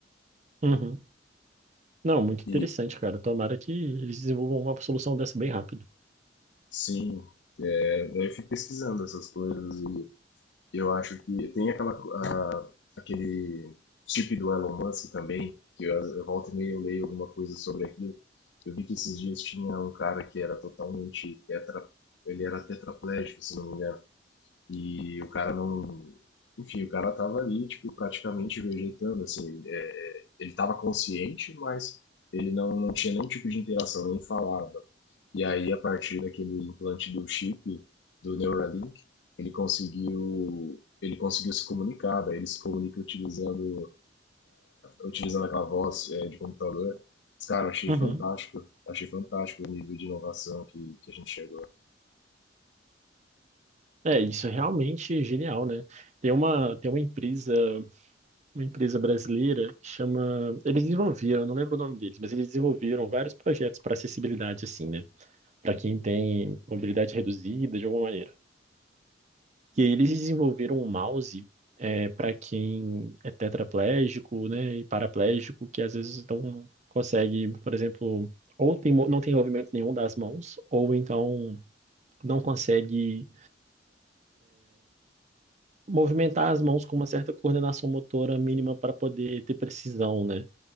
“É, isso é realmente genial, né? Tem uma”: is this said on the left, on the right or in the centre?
Right